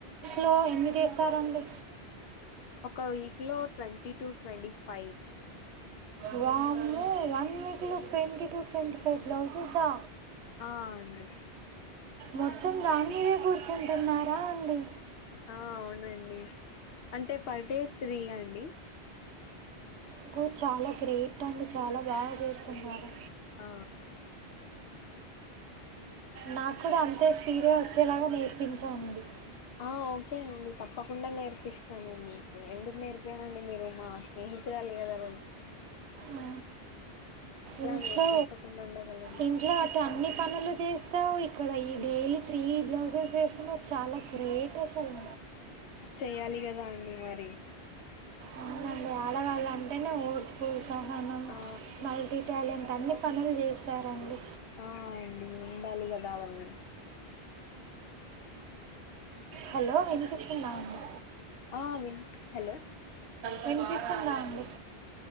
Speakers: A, on the right (about 85°); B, on the left (about 65°).
A: లో ఎన్నిమిది ఇస్తారుడి
B: ఒక వీక్ లో twenty two twenty five
A: van one వీక్లో ట్వంటీ టు ట్వంటీ ఫైవ్ బ్లౌసెసా
B: ఆ అండి
A: మొత్తం రానివే కూర్చుంటున్నారా అండి
B: ఆ అవునండి అంటే పర్ డే త్రీ అండి
A: ఇంకో చాలా గ్రేట్ అండి చాలా బాగా చేస్తున్నారు
B: ఆ
A: నాకు కూడాూ అంతే స్పీడే వచ్చేలాగా నేర్పించంది
B: ఆ ఓకే అండి తప్పకుండా నేర్పిస్తాను మీకు ఎందుకు నేర్పయానుండి మీరు మా స్నే త్రాల కదనడి
A: ఆ ఇంట్లో
B: నేర్పించకుండా ఉండగలను
A: ఇంట్లో వాటి అన్ని పనులు చేస్త త్త ఇక్కడ ఈ డైలీ త్రీ బ్లౌజెస్ వేస్తున్నా చాలా గ్రేట్ అసలుం
B: చెయ్యాలి కదా అండి మరి
A: అవునండి ఆడవాళ్ళ అంటేనే ఓడ్పు సహనం
B: ఆ
A: మల్టీ టాలెంట్ అన్నీ పనులు చేశారండి.
B: ఆ అండి, ఉండాలి కదా అవన్నీ.
A: హలో వినిపిస్తుంద అండి
B: అ విన్ హలో
A: వినిపిస్తుందా అండి